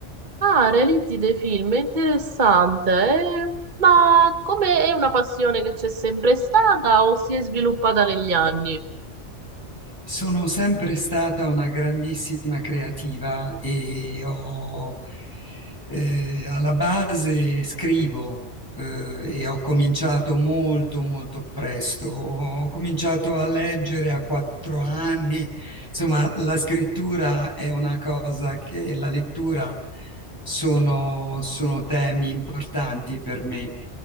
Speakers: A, on the right (about 40°); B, on the left (about 15°).
A: ah, realizzi dei film, è interessante, eh? Ma come è una passione che c'è sempre stata o si è sviluppata negli anni?
B: Sono sempre stata una grandissima creativa e ho, eh, alla base scrivo, eh, e ho cominciato molto, molto presto. Ho cominciato a leggere a quattro anni Insomma, la scrittura è una cosa che la lettura sono, sono temi importanti per me.